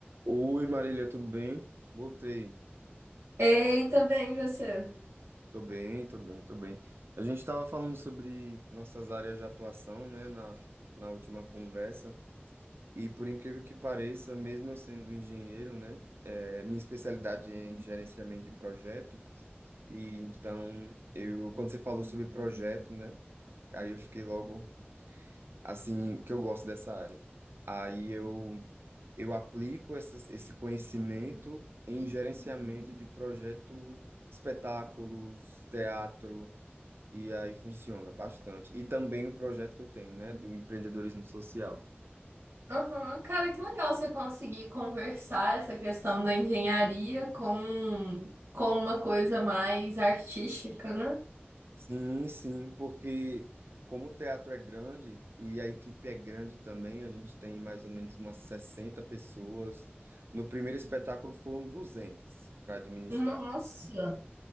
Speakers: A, on the right; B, on the right.
A: Oi, Marília, tudo bem? Voltei.
B: Eita, bem você.
A: Tô bem, tô bem, tô bem. A gente estava falando sobre nossas áreas de atuação, né, na, na última conversa. E por incrível que pareça, mesmo eu sendo engenheiro, né, é, minha especialidade é em gerenciamento de projeto. E então, eu, quando você falou sobre projeto, né, aí eu fiquei logo assim, que eu gosto dessa área. Aí eu eu aplico essas, esse conhecimento em gerenciamento de projeto, espetáculos, teatro, e aí funciona bastante. E também o projeto que eu tenho, né, do empreendedorismo social.
B: Uhum. Cara, que legal você conseguir conversar essa questão da engenharia com, com uma coisa mais artística, né?
A: Sim, sim, porque como o teatro é grande e a equipe é grande também, a gente tem mais ou menos umas 60 pessoas. No primeiro espetáculo foram 200 para administrar.
B: Nossa,